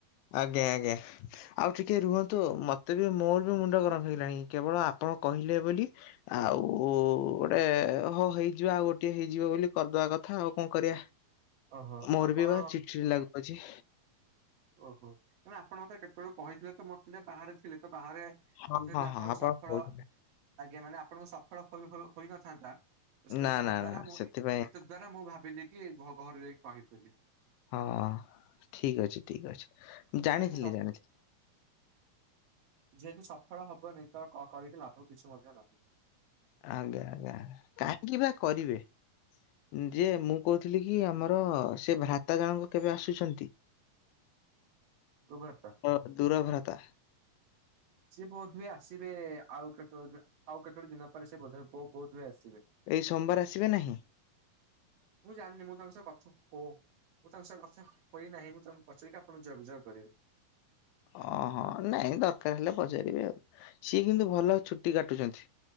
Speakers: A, on the left; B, on the right.
A: ଆଜ୍ଞା ଆଜ୍ଞା। ଆଉ ଟିକେ ରୁହନ୍ତୁ ମତେ ବି ମୋର ବି ମୁଣ୍ଡ ଗରମ ହେଇଗଲାଣି କେବଳ ଆପଣ କହିଲେ ବୋଲି ଆଉ ଗୋଟେ ହଉ ହେଇଯିବ ଆଉ ଗୋଟିଏ ହେଇଯିବ ବୋଲି କରିଦବା କଥା ଆଉ କଣ କରିବା।
B: ଓହୋ
A: ମୋର
B: ଆପଣ
A: ବି ବା ଚିଡ଼ି ଚିଡି ଲାଗୁଅଛି।
B: ଓହୋ! ଆପଣ ମତେ କେତେବେଳୁ କହିଥିଲେ ତ ମୁଁ ଟିକେ ବାହାରେ ଥିଲେ ତ ବାହାରେ କଥା
A: ହଁ
B: ହେଇଥିଲା
A: ହଁ
B: ଆପଣଙ୍କୁ
A: ହଁ ଆପଣ
B: ସଫଳ
A: କହୁଥିଲେ।
B: ଆଜ୍ଞା! ମାନେ ଆପଣଙ୍କୁ ସଫଳ ଖୋଲୁ ଖୋଲୁ ହୋଇନଥାନ୍ତା। <unintelligible>
A: ନା
B: ତାହାଦ୍ଵାରା
A: ନା ନା
B: ମୁଁ
A: ସେଥିପାଇଁ
B: ଏତତ୍ ଦ୍ଵାରା ମୁଁ ଭାବିଲି କି ଘରୁ ଯାଇକି କହିବି ବୋଲି
A: ହଁ, ଠିକ ଅଛି ଠିକ ଅଛି। ଜାଣିଥିଲି
B: ଯେତେ ସ
A: ଜାଣିଥିଲି
B: ଯେହେତୁ ସଫଳ ହବନି ତ କ-କରିକି ଲାଭ କିଛି ମଧ୍ୟ ନାହିଁ।
A: ଆଜ୍ଞା ଆଜ୍ଞା କାହିଁକି ବା କରିବେ ଯେ ମୁଁ କହୁଥିଲି କି ଆମର ସେ ଭ୍ରାତା ଜଣକ କେବେ ଆସୁଛନ୍ତି?
B: ରୁଭ
A: ଅ ଦୂର ଭ୍ରାତା
B: ସିଏ ବୋଧହୁଏ ଆସିବେ ଆଉ କେତ ଆଉ କେତୋଟି ଦିନ ପରେ ସେ ବୋଧ ବୋଧହୁଏ ଆସିବେ।
A: ଏଇ ସୋମବାର ଆସିବେ ନାହିଁ?
B: ମୁଁ ଜାଣିନି ମୁଁ ତାଙ୍କ ସହ କଥା ହୋ ମୁଁ ତାଙ୍କ ସହ କଥା ହୋଇନାହିଁ ମୁଁ ତାଙ୍କୁ ପଚାରିକି ଆପଣ ଯଗଯଗ କରିବି।
A: ହଁ ହଁ ନାଇଁ ଦରକାର ହେଲେ ପଚାରିବେ ଆଉ ସିଏ କିନ୍ତୁ ଭଲ ଛୁଟି କାଟୁଛନ୍ତି।